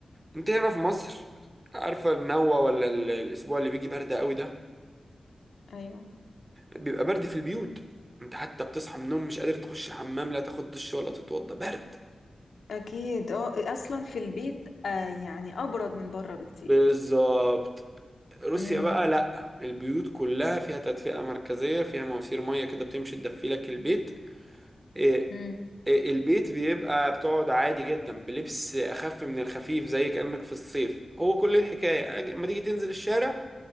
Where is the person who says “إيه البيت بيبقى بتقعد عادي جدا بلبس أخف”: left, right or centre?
Right